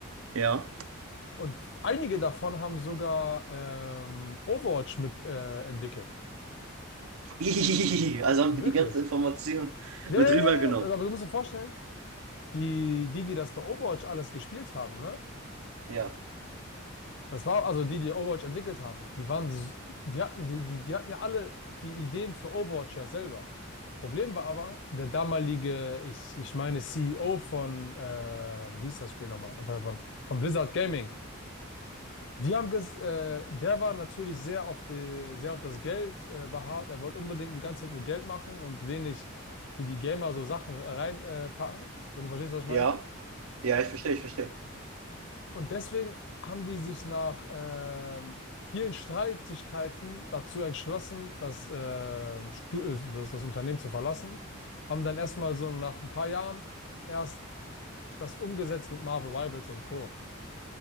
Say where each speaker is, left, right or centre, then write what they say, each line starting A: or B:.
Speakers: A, on the right (about 85°); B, on the left (about 55°).
A: Ja.
B: und f- einige davon haben sogar ähm, Overwatch mit äh, entwickelt.
A: <laughs> Also haben
B: Wirklich.
A: die die ganze Information
B: Ja,
A: mit
B: ja,
A: rübergenommen.
B: ja, ja, aber du musst dir vorstellen, die, die, die das bei Overwatch alles gespielt haben, ne?
A: Ja.
B: Das war also die, die Overwatch entwickelt haben. Die waren, s- die hatten, die, die, die hatten ja alle die Ideen für Overwatch ja selber. Problem war aber, der damalige, ich, ich meine CEO von, äh, wie hieß das Spiel nochmal? Von, von von Blizzard Gaming. Die haben ges, äh, der war natürlich sehr auf die, sehr auf das Geld, äh, beharrt. Er wollte unbedingt die ganze Zeit nur Geld machen und wenig für die Gamer so Sachen reinpacken, äh, packen, wenn du verstehst, was ich meine.
A: Ja. Ja, ich verstehe, ich verstehe.
B: Und deswegen haben die sich nach ähm, vielen Streitigkeiten dazu entschlossen, das, ähm, Stu- äh, das, das Unternehmen zu verlassen. Haben dann erstmal so nach ein paar Jahren erst das umgesetzt mit Marvel Rivals und Co.